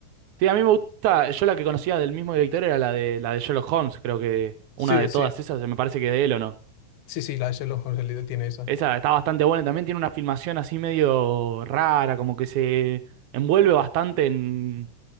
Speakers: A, on the right (about 75°); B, on the left (about 80°).
A: Sí, a mí me gusta, yo la que conocía del mismo director era la de la de Sherlock Holmes, creo que una
B: Sí,
A: de
B: sí,
A: todas esas, me parece que de él o no.
B: sí, sí, la de Sherlock Holmes, el Lidl tiene esa.
A: Esa está bastante buena, también tiene una filmación así medio rara, como que se envuelve bastante en,